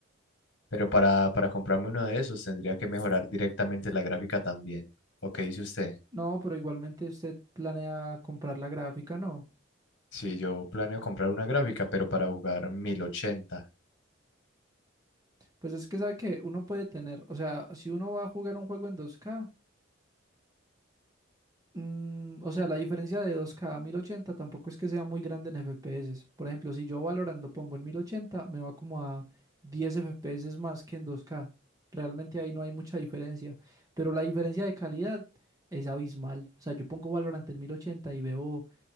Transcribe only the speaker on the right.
No, pero igualmente usted planea comprar la gráfica, ¿no?
Pues es que sabe que uno puede tener, o sea, si uno va a jugar un juego en 2K, mm, o sea, la diferencia de 2K a 1080 tampoco es que sea muy grande en FPS. Por ejemplo, si yo Valorant lo pongo en 1080, me va como a 10 FPS más que en 2K. Realmente ahí no hay mucha diferencia, pero la diferencia de calidad es abismal. O sea, yo pongo Valorant en 1080 y veo